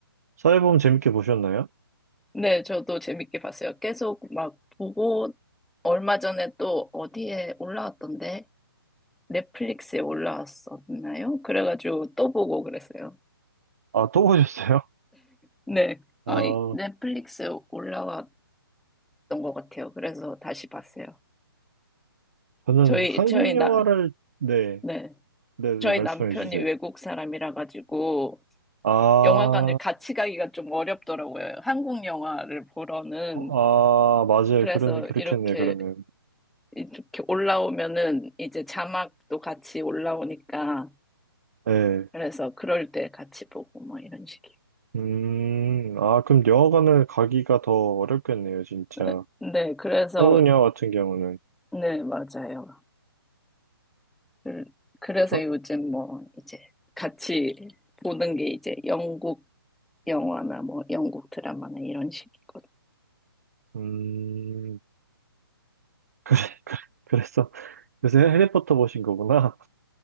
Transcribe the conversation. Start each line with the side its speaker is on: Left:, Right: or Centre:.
Right: 서울의 봄 재밌게 보셨나요?
Centre: 네, 저도 재밌게 봤어요. 계속 막 보고, 얼마 전에 또 어디에 올라왔던데? 넷플릭스에 올라왔었나요? 그래가지고 또 보고 그랬어요.
Right: 아, 또 보셨어요?
Centre: 네. 아,
Right: <laughs> 아,
Centre: 이- 넷플릭스에 올라왔던 것 같아요. 그래서 다시 봤어요.
Right: 저는
Centre: 저희,
Right: 한국
Centre: 저희 나,
Right: 영화를, 네,
Centre: 네.
Right: 네, 네,
Centre: 저희
Right: 말씀해
Centre: 남편이
Right: 주세요.
Centre: 외국 사람이라 가지고
Right: 아,
Centre: 영화관을 같이 가기가 좀 어렵더라고요. 한국 영화를 보러는.
Right: 아, 맞아요.
Centre: 그래서
Right: 그런, 그렇겠네요,
Centre: 이렇게,
Right: 그러면.
Centre: 이렇게 올라오면은 이제 자막도 같이 올라오니까.
Right: 네.
Centre: 그래서 그럴 때 같이 보고 뭐 이런 식이에요.
Right: 음, 아, 그럼 영화관을 가기가 더 어렵겠네요, 진짜.
Centre: 네, 네, 그래서
Right: 성우녀 같은 경우는
Centre: 네, 맞아요. 그- 그래서
Right: 저,
Centre: 요즘 뭐 이제 같이 보는 게 이제 영국 영화나 뭐 영국 드라마나 이런 식이거든요.
Right: 음 <laughs> 그래 그래 그랬어 그래서 해리포터 보신 거구나